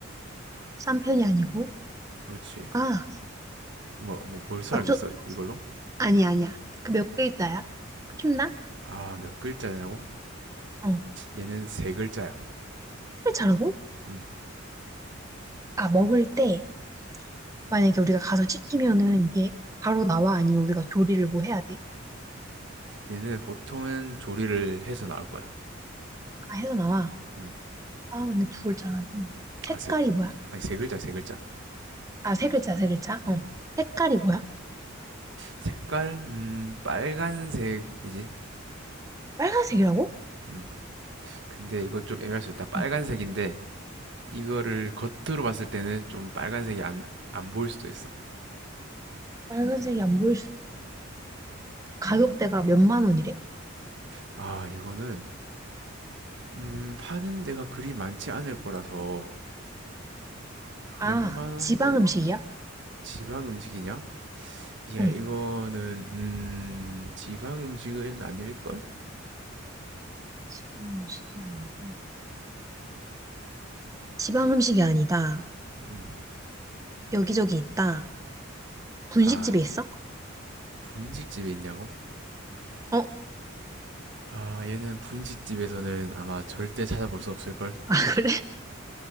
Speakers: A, on the right; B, on the right.
A: 싼 편이 아니고.
B: 그렇지.
A: 아,
B: 뭐, 뭐 벌써
A: 아,
B: 알겠어.
A: 저,
B: 이걸로?
A: 아니, 야 아니야. 그 몇 글자야? 쉽나?
B: 아, 몇 글자냐고?
A: 어.
B: 얘는 세 글자야.
A: 회차라고?
B: 음.
A: 아, 먹을 때 만약에 우리가 가서 시키면은 이게 바로 나와? 아니면 우리가 조리를 뭐 해야 돼?
B: 얘는 보통은 조리를 해서 나올 거야.
A: 아, 해서 나와.
B: 음.
A: 아, 근데 두 글자라고. 색깔이
B: 아, 세,
A: 뭐야?
B: 아니, 세 글자, 세 글자.
A: 아, 세 글자, 세 글자.
B: 음.
A: 어. 색깔이 뭐야?
B: 색깔, 음, 빨간색이지.
A: 빨간색이라고?
B: 음. 근데 이거 좀 애매할 수 있다. 빨간색인데,
A: 응.
B: 이거를 겉으로 봤을 때는 좀 빨간색이 안, 안 보일 수도 있어.
A: 빨간색이 안 보일 수. 가격대가 몇만 원이래?
B: 아, 이거는, 음, 파는 데가 그리 많지 않을 거라서,
A: 아,
B: 몇 만 원대
A: 지방 음식이야?
B: 지방 음식이냐? 야,
A: 응.
B: 이거는, 음, 지방 음식은 아닐걸?
A: 지방 음식이 아니다. 지방 음식이 아니다.
B: 음.
A: 여기저기 있다. 분식집에
B: 아,
A: 있어?
B: 분식집에 있냐고?
A: 어,
B: 아, 얘는 분식집에서는 아마 절대 찾아볼 수 없을걸?
A: <laughs> 그래?